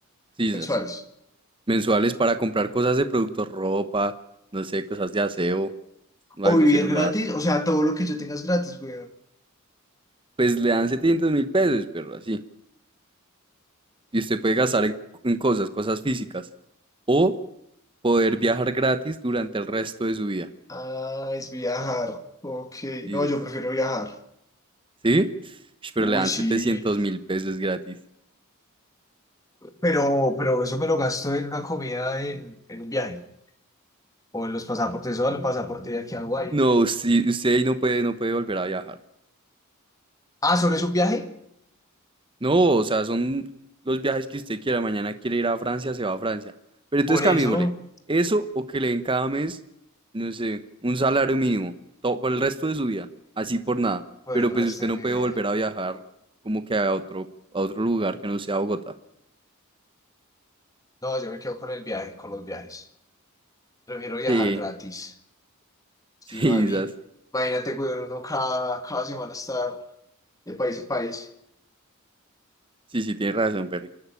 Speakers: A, on the right; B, on the left.
A: Sí, esas,
B: mensuales.
A: mensuales para comprar cosas de productos, ropa, no sé, cosas de aseo, algún
B: O vivir
A: celular.
B: gratis, o sea, todo lo que yo tenga es gratis, weón.
A: Pues le dan setecientos mil pesos, pero así. Y usted puede gastar en, en cosas, cosas físicas. O poder viajar gratis durante el resto de su vida.
B: Ah, es viajar. Ok,
A: Sí,
B: no,
A: esas.
B: yo prefiero viajar.
A: ¿Sí? Ush, Pero
B: Uy,
A: le dan
B: sí.
A: setecientos mil pesos gratis.
B: Pero, pero eso me lo gasto en una comida en, en un viaje. O en los pasaportes, o en los pasaportes de aquí a Hawái.
A: No, sí, usted ahí no puede, no puede volver a viajar.
B: Ah, ¿solo es un viaje?
A: No, o sea, son los viajes que usted quiera. Mañana quiere ir a Francia, se va a Francia. Pero entonces
B: Por
A: cambiémosle.
B: eso,
A: Eso o que le den cada mes, no sé, un salario mínimo. Todo, por el resto de su vida. Así por nada.
B: por
A: Pero
B: el
A: pues
B: resto
A: usted
B: de
A: no
B: mi
A: puede
B: vida.
A: volver a viajar como que a otro, a otro lugar que no sea Bogotá.
B: No, yo me quedo con el viaje, con los viajes. Prefiero
A: Sí,
B: viajar gratis. Sí,
A: sí,
B: mani.
A: quizás.
B: Imagínate, weón, uno cada, cada semana estar de país a país.
A: Sí, sí, tiene razón, Perry.